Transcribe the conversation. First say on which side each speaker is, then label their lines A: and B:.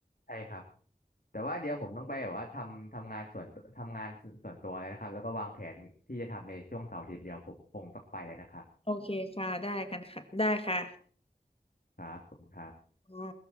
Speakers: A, on the left; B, on the left.
A: ใช่ครับแต่ว่าเดี๋ยวผมต้องไปแบบว่าทำทำงานส่วนทำงานส่วนตัวเลยนะครับแล้วก็วางแผนที่จะทำในช่วงเสาร์อาทิตย์เดียวผมคงต้องไปเลยนะครับ
B: โอเคค่ะ ได้กันค่ะ ได้ค่ะ
A: ครับผมครับ
B: อ่า